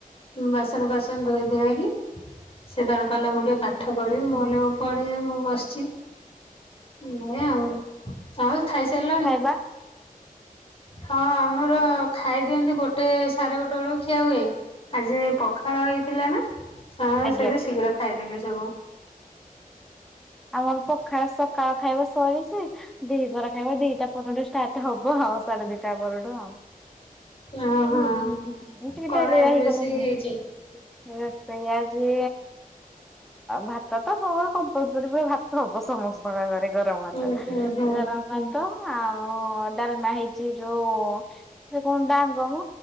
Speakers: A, on the left; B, in the centre.
A: ବାସନ ବାସନ ଧୋଇ ଦିଆକି ସେ
B: ହଁ
A: ତାର କହିଲା ମୁଁ ଟିକେ ପାଠ ପଢ଼ିବି
B: ହଁ।
A: ମୁଁ କଇଲି ପଢେ ମୁଁ ବସିଛି। ନାଏ ଆଉ ଆଉ ଖାଇସାରିଲଣି?
B: ବା
A: ହଁ ଆମର ଖାଇ ଦିଅନ୍ତି ଗୋଟେ ସାଢ଼େ ଗୋଟେ ବେଳକୁ ଖିଆ ହୁଏ। ଆଜି ପଖାଳ ହେଇଥିଲା ନା ସମ
B: ଆଜ୍ଞା।
A: ସେ ଶୀଘ୍ର ଖାଇଦେଥିଲୁ ସବୁ।
B: ଆମର ପଖାଳ ସକାଳ ଖାଇବ ସରିଛି ଦିପରା ଖାଇବ ଦିଟା ପନ୍ଦର ଷ୍ଟାର୍ଟ। ଟ ହବ ଆଉ ସାଢେ ଦିଟା ପରଠୁ ଆଉ।
A: ଓହୋ
B: ହଁ ଟଟବେଆ
A: କଣ ଆଜି ରୋଷେଇ
B: ଗଲା <unintelligible>
A: ହେଇଛି?
B: ରୋଷେଇଆ <unintelligible> ଯେ ଭାତ ତ ସମସ୍ତ ସରି ସରି ପୁର ଭାତ ହବ ସମସ୍ତଙ୍କ ଘରେ ଗରମ ଭାତ
A: ହୁଁ ହୁଁ ହୁଁ
B: ଗରମ ଭାତ ଆଉ ଡାଲମା ହେଇଛି ଯୋଉ ସେ କଣ ଡାଙ୍ଗମ